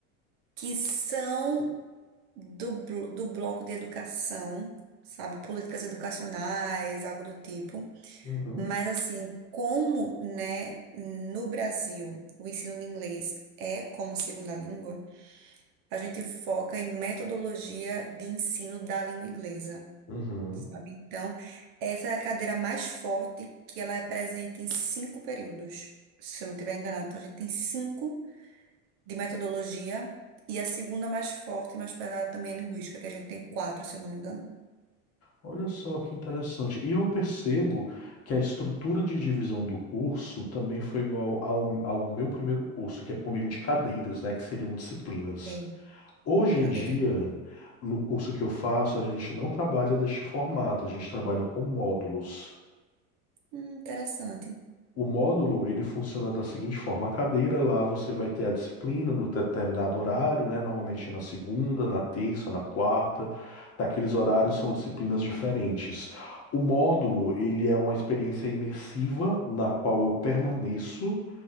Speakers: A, on the right; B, on the left.
A: que são do, blo- do bloco de educação, sabe? Políticas educacionais, algo do tipo.
B: Uhum.
A: Mas assim, como, né, no Brasil, o ensino de inglês é como segunda língua, a gente foca em metodologia de ensino da língua inglesa,
B: Uhum.
A: sabe? Então, essa é a cadeira mais forte que ela é presente em cinco períodos, se eu não estiver enganado. Então, a gente tem cinco de metodologia e a segunda mais forte e mais pesada também é linguística, que a gente tem quatro, se eu não me engano.
B: Olha só que interessante. E eu percebo que a estrutura de divisão do curso também foi igual ao, ao meu primeiro curso, que é por meio de cadeiras, né, que seriam disciplinas.
A: É,
B: Hoje
A: cadeira.
B: em dia, no curso que eu faço, a gente não trabalha deste formato, a gente trabalha com módulos.
A: Hum, interessante.
B: O módulo, ele funciona da seguinte forma: a cadeira lá você vai ter a disciplina no determinado horário, né? Normalmente na segunda, na terça, na quarta. Naqueles horários são disciplinas diferentes. O módulo, ele é uma experiência imersiva na qual eu permaneço